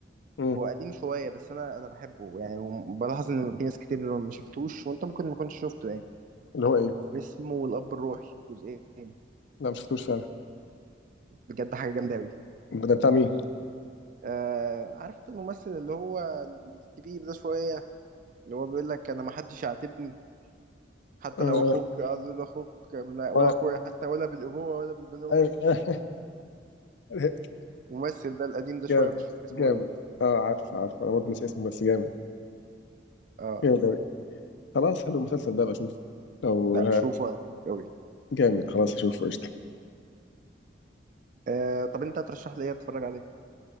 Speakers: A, on the left; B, on the right.
A: امم
B: هو قديم شوية بس أنا أنا بحبه يعني وبلاحظ إن في ناس كتير ما شافتوش وأنت ممكن ما كنتش شفته يعني
A: اللي هو ايه
B: اسمه الأب الروحي جزئين
A: لا ما شفتوش فعلا
B: بجد حاجة جامدة أوي
A: ده بتاع مين
B: آه عارف أنت الممثل اللي هو الكبير ده شوية اللي هو بيقول لك أنا ما حدش يعاتبني حتى
A: اه
B: لو أخوك عايز أقول أخوك لا- ولا
A: اه
B: أخويا حتى ولا بالأبوة ولا بالبنوة
A: ايوه <laughs> عرفت.
B: الممثل ده القديم ده شوية
A: جامد
B: مش فاكر اسمه
A: جامد
B: إيه
A: اه عارف عارف انا برضه ناسي اسمه بس جامد
B: آه
A: جامد اوي خلاص حلو المسلسل ده ابقى اشوفه لو
B: لا شوفه هيعجبك أوي
A: جامد خلاص اشوفه قشطة
B: آه طب أنت هترشح لي إيه أتفرج عليه